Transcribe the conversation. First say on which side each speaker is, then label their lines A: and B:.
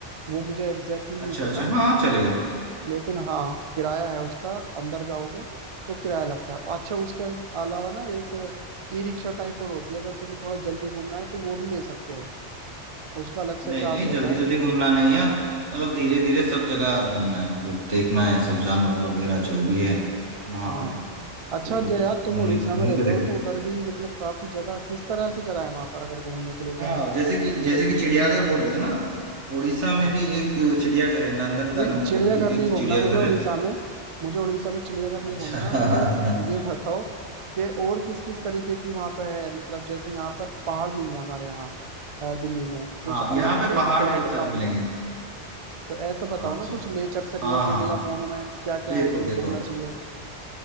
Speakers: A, on the right (about 45°); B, on the right (about 75°).
A: वो मुझे एग्जैक्टली नहीं
B: अच्छा
A: पता
B: अच्छा हाँ चलेगा
A: लेकिन हाँ किराया है उसका अंदर जाओगे तो किराया लगता है अच्छा उसके अलावा ना एक ई रिक्शा टाइप और होती है अगर तुम्हें थोड़ा जल्दी घूमना है तो वो भी ले सकते हो उसका अलग से
B: नहीं
A: चार्ज
B: नहीं
A: होता
B: जल्दी
A: है
B: जल्दी घूमना नहीं है मतलब धीरे धीरे सब जगह घूमना है मतलब देखना है सब जानवर वगैरह जो भी है वहां
A: हाँ
B: पे
A: अच्छा
B: तो
A: जय
B: घूमने
A: यार तुम उड़ीसा
B: घूम
A: में रहते
B: के
A: हो
B: देखें
A: तो उधर भी मतलब काफी जगह किस तरह की जगह है वहां पर अगर घूमने के लिए जाए
B: हाँ जैसे कि
A: मुझे
B: जैसे
A: कुछ
B: कि चिड़ियाघर बोल रहे हो ना आप, उड़ीसा
A: हाँ
B: में भी एक चिड़ियाघर है नंदन कानन
A: नहीं चिड़ियाघर
B: बोल के
A: नहीं
B: एक
A: घूमना
B: चिड़ियाघर
A: मुझे उड़ीसा
B: है
A: में मुझे उड़ीसा में चिड़ियाघर नहीं
B: अच्छा
A: घूमना
B: <laughs>
A: मुझे ये बताओ कि और किस किस तरीके की वहां पे है मतलब जैसे यहाँ पर पहाड़ नहीं है हमारे यहाँ अ, दिल्ली में कुछ
B: हाँ
A: अलग
B: यहाँ पे
A: एक
B: पहाड़
A: फ्लैट
B: बहुत सारे
A: ग्राउंड
B: मिलेंगे
A: है तो ऐसा बताओ
B: हाँ अच्छा
A: ना कुछ नेचर से रिलेटेड
B: हाँ हाँ
A: या
B: हाँ
A: मोन्यूमेंट्स क्या क्या
B: देखो
A: है जो
B: देखो
A: घूमना चाहिए